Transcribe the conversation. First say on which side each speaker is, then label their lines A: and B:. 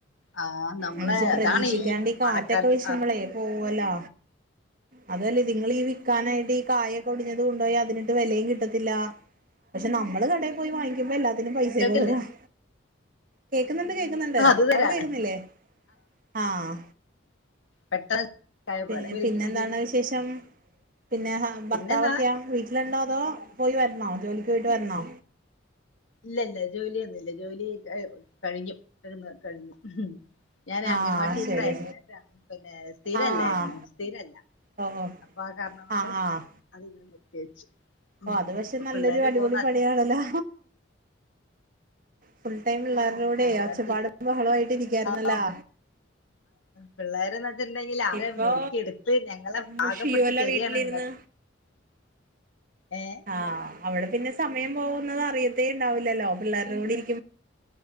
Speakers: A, on the left; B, on the right.
A: ആഹ് നമ്മളെ
B: എന്നുച്ച പ്രതീക്ഷിക്കാണ്ട്
A: അതാണ്
B: ഈ കാറ്റൊക്കെ
A: മഴക്കാലത്ത്
B: വീശുമ്പളെ
A: ആഹ്
B: പോവൊല്ലാ അതൊല്ലാ ഇതിങ്ങളി വിൽക്കാനായിട്ട് ഈ കായൊക്കെ ഒടിഞ്ഞത് കൊണ്ടുപോയ അതിനൊട്ട് വിലയും കിട്ടത്തില്ല പഷെ നമ്മള് കടയിൽ പോയി വാങ്ങിക്കുമ്പോ എല്ലാത്തിനും പൈസ ഒക്കെ
A: കേട്ടില്ലേ
B: കൊടുക്കണം കേക്കുന്നുണ്ട് കേ കേക്കുന്നുണ്ട്
A: ആഹ് അത് തരാണ്
B: അവിടെ കേക്കുന്നില്ലേ ആഹ്
A: പെട്ടെന്ന് ആയ
B: പിന്നെ
A: പോലെ ഒരു-
B: പിന്നെ എന്താണ് വിശേഷം പിന്നെ ഹ ഭർത്താവൊക്കെയാ
A: പിന്നെന്താ
B: വീട്ട് വീട്ടിലുണ്ടോ അതോ പോയി വരണോ ജോലിക്ക് പോയിട്ട് വരണോ
A: ഇല്ല ഇല്ല ജോലിയൊന്നുമില്ല ജോലി കഴിഞ്ഞു <unintelligible> കഴിഞ്ഞു ഞാന്
B: ആഹ്
A: അംഗൻവാടി ടീച്ചറായിരുന്നു
B: ശരി
A: പിന്നെ സ്ഥിരല്ലായിരുന്നു
B: ആഹ്
A: സ്ഥിരല്ല
B: ഓ ഓ
A: അപ്പൊ ആ കാരണം കൊണ്ട്
B: ആഹ് ആഹ്
A: <unintelligible>
B: ഓ അത് പഷെ
A: ഇപ്പൊ
B: നല്ലൊരു
A: പിള്ളേര്
B: അടിപൊളി
A: പോകുന്ന
B: പണിയാണല്ലോ ഫുൾ ടൈം പിള്ളേർടകൂടെ
A: അംഗനവാടി
B: ഒച്ചപ്പാടും
A: ടീച്ചർ
B: ബഹളായിട്ട് ഇരിക്കായിരുന്നല്ലാ
A: ആ പിള്ളേര് എന്ന് വെച്ചിട്ടുണ്ടെങ്കിൽ അവരെ
B: ഇപ്പൊ
A: മെരുക്കി എടുത്ത് ഞങ്ങള്‌ പാകപ്പെടുത്തി
B: മുഷിയുവല്ല
A: തരിയാണ്
B: വീട്ടിലിരുന്ന്
A: നിങ്ങൾക്ക് ഏഹ്
B: ആഹ് അവിടെ പിന്നെ സമയം പോകുന്നത് അറിയത്തേ ഉണ്ടാവില്ലല്ലോ പിള്ളേരുടെ കൂടെ ഇരി